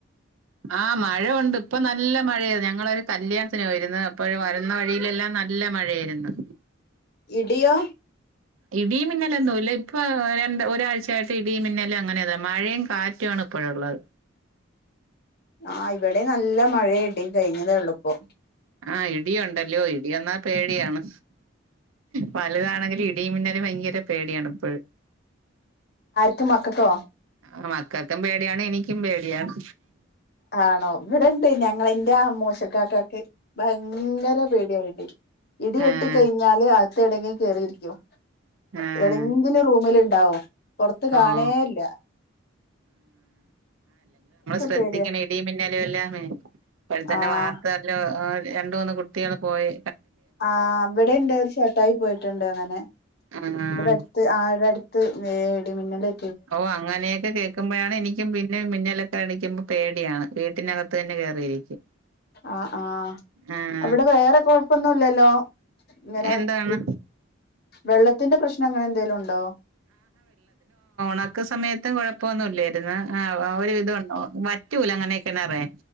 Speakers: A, on the right; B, on the left.
A: ആ മഴ ഒണ്ട് ഇപ്പ നല്ല മഴയാര്ന്ന് ഞങ്ങളൊരു കല്യാണത്തിന് പോയിര്ന്ന് അപ്പൊഴ് വരുന്ന വഴീലെല്ലാം നല്ല മഴയാര്ന്ന്
B: ഇടിയോ
A: ഇടീം മിന്നലൊന്നൂല്ലേ പ്പ ഒരണ്ട് ഒരാഴ്ചയായിട്ട് ഇടി മിന്നല് അങ്ങനെതാണ് മഴയും കാറ്റു ആണ് ഇപ്പോഴൊള്ളത്
B: ആഹ് ഇവിടേം നല്ല മഴേം ഇടീം കയിഞ്ഞതേ ഒള്ളൂപ്പോം
A: ആ ഇടിയൊണ്ടല്യോ ഇടിയെന്നാ പേടിയാണ് വലോതാണെങ്കിലും ഇ ഇടിംമിന്നലും ഭയങ്കര പേടിയാണ് ഇപ്പഴും
B: ക്കും മക്കക്കോ
A: ആ മക്കക്കും പേടിയാണ് എനിക്കും പേടിയാണ്
B: ആണോ ഇവിടെണ്ട് ഞങ്ങള ഇന്റ മോശക്കാക്കാക്ക് ഭയങ്കര പേടിയാണ് ഇടി വെട്ടി
A: ആഹ്
B: കഴിഞ്ഞാല് അ തെണങ്ങി കേറിയിരിക്കും
A: ആഹ്
B: ഏടെങ്കിലും റൂമില് ണ്ടാവും പുറത്ത് കാണേല്ല
A: ഓഹ് ശ്രദ്ധിക്കണെ
B: പേടിയാ
A: ഇടിം മിന്നലും എല്ലാമേ ഇപ്പൾ തന്നെ
B: ആഹ്
A: വാർത്തയെല്ലോം ആ രണ്ട് മൂന്ന് കുട്ടികള് പോയെ
B: ആ അവിടെ ഉണ്ട് ഒരു ചേട്ടായി പോയിട്ടുണ്ട് അങ്ങനെ
A: ആഹ്
B: ഇവിടെ അടുത്ത് ആ ഇവിടെ അടുത്ത് വേ ഇടി മിന്നലേ
A: ഓ അങ്ങനെയൊക്കെ കേൾക്കുമ്പോഴാണ് എനി ക്കും പിന്നെ മിന്നലൊക്കെ അടിക്കുമ്പോ പേടിയാണ് വീട്ടിനകത്ത് തന്നെ കേറിയിരിക്കും
B: ആ ആ
A: ആഹ്
B: അവിടെ വേറെ കൊഴപ്പൊന്നുല്ലല്ലോ ഇങ്ങനെ
A: എന്താണ്
B: ഇ വെള്ളത്തിന്റെ പ്രശ്നം അങ്ങനെന്തെലും ഉണ്ടോ
A: നാക്ക് സമയത്തും കുഴപ്പൊന്നുംല്ലായിരുന്ന് ആ ഒരു വിധം ഉണ്ടോ വാ റ്റുല അങ്ങനെ ഇ കിണറെ